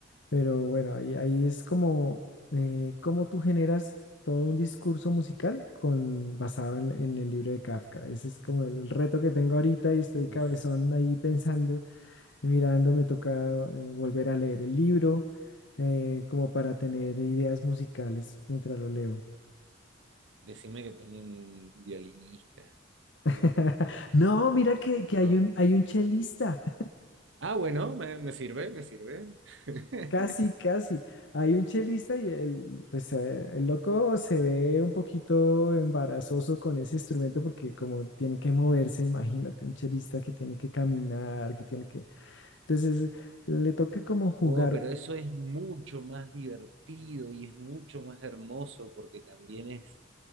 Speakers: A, on the left (about 70°); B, on the right (about 75°).
A: pero bueno, ahí, ahí es como eh, cómo tú generas todo un discurso musical con, basado en, en el libro de Kafka. Ese es como el reto que tengo ahorita y estoy
B: Uf,
A: cabezón ahí pensando, mirando, me toca eh, volver a leer el libro eh, como para tener ideas musicales mientras lo leo.
B: decime que tienen un violinista.
A: <laughs>
B: Eh,
A: No, mira que,
B: por
A: que hay
B: favor.
A: un, hay un chelista.
B: Ah, bueno, me, me sirve, me sirve. <laughs>
A: Casi, casi. Hay un chelista y el, pues, eh, el loco se ve un poquito embarazoso con ese instrumento porque como tiene que moverse, imagínate, un chelista que tiene que caminar, que tiene que... Entonces, le toca como jugar.
B: Oh, pero eso es mucho más divertido y es mucho más hermoso porque también es,